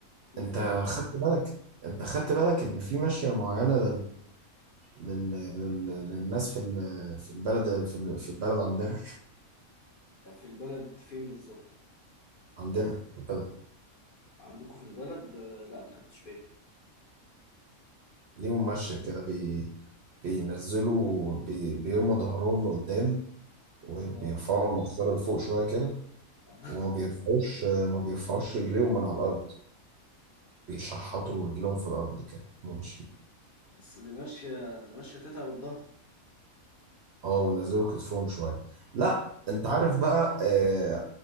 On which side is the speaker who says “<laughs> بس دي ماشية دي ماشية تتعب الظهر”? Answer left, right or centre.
Left